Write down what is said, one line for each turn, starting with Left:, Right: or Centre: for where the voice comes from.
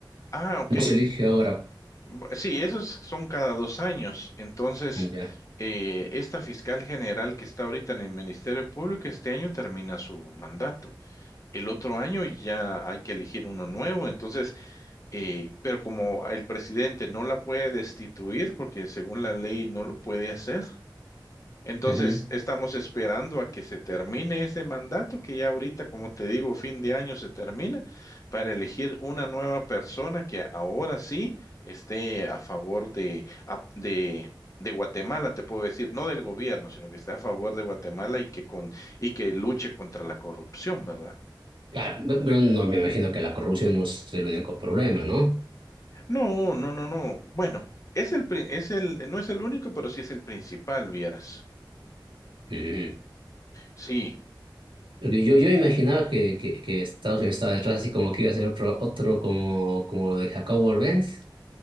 Left: ah, ok.
Right: No se elige ahora,
Left: Bu- Sí, esos son cada dos años. Entonces,
Right: ya.
Left: eh, esta fiscal general que está ahorita en el Ministerio Público, este año termina su mandato. El otro año ya hay que elegir uno nuevo. Entonces, Eh, pero como el presidente no la puede destituir, porque según la ley no lo puede hacer, entonces
Right: ujú.
Left: estamos esperando a que se termine ese mandato, que ya ahorita, como te digo, fin de año se termina, para elegir una nueva persona que ahora sí esté a favor de, a- de, de Guatemala, te puedo decir, no del gobierno, sino que esté a favor de Guatemala y que, con, y que luche contra la corrupción, ¿verdad?
Right: Claro, pe- pero no me imagino que la corrupción no es el único problema, ¿no?
Left: No, no, no, no. Bueno, es el, pri- es el, no es el único, pero sí es el principal, vieras.
Right: Ujú.
Left: Sí,
Right: Pero Yo, yo imaginaba que, que, que Estados Unidos estaba detrás, así como que iba a ser otro, otro como, como lo de Jacob Warbenz,